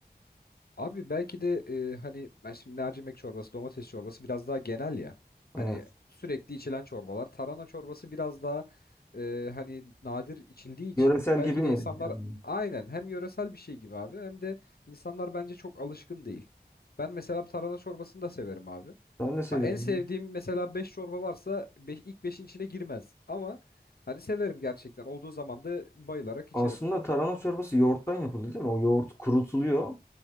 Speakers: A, on the left; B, on the left.
A: Abi belki de e, hani ben şimdi mercimek çorbası, domates çorbası biraz daha genel ya. Hani
B: Evet.
A: sürekli içilen çorbalar. Tarhana çorbası biraz daha e, hani nadir içildiği için
B: Yöresel
A: belki
B: gibi mi?
A: de insanlar
B: Yani
A: aynen hem yöresel bir şey gibi abi hem de insanlar bence çok alışkın değil. Ben mesela tarhana çorbasını da severim abi.
B: ben de seviyorum.
A: Ha, en sevdiğim mesela 5 çorba varsa beş, ilk beşin içine girmez. Ama hani severim gerçekten. Olduğu zaman da bayılarak içerim.
B: Aslında tarhana çorbası yoğurttan yapıldı değil mi? O yoğurt kurutuluyor